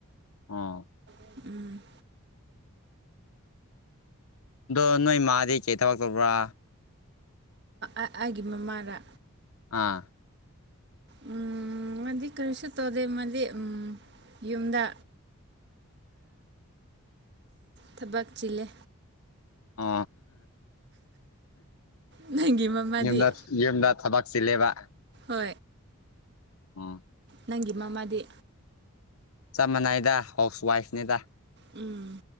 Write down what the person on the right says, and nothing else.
ꯎꯝ
ꯑꯩꯒꯤ ꯃꯃꯥꯗ
ꯎꯝ ꯑꯃꯗꯤ ꯀꯔꯤꯁꯨ ꯇꯧꯗꯦ ꯑꯃꯗꯤꯗꯤ ꯎꯝ ꯌꯨꯝꯗ ꯊꯥꯕꯥꯛꯆꯂꯦ
ꯅꯪꯒꯤ ꯃꯃꯥꯗꯤ
ꯍ
ꯅꯪꯒꯤ ꯃꯃꯥꯗꯤ
ꯎꯝ